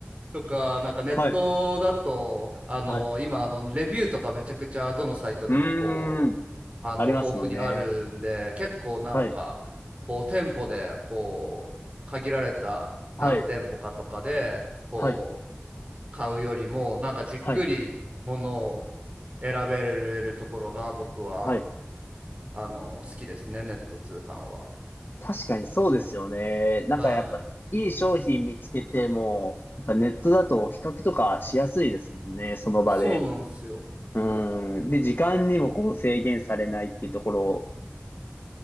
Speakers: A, on the right (about 30°); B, on the left (about 55°).
A: とか、なんかネットだと、
B: はい。
A: あの、
B: はい。
A: 今、あの、レビューとかめちゃくちゃどのサイトでもこう、
B: うーん。
A: あの、
B: ありますもんね。
A: 豊富にあるんで、結構なんか、
B: はい。
A: こう、店舗で、こう、限られた何店舗かとかで、
B: はい、
A: こう、
B: はい、
A: 買うよりも、なんかじっくりものを
B: はい、
A: 選べるところが僕は、
B: はい。
A: あの、好きですね、ネット通販は。
B: 確かにそうですよね。なんかやっぱ、
A: はい。
B: いい商品見つけても、やっぱネットだと比較とかしやすいですもんね、その場で。
A: そうなんですよ。
B: うん。で、時間にもこう制限されないっていうところ、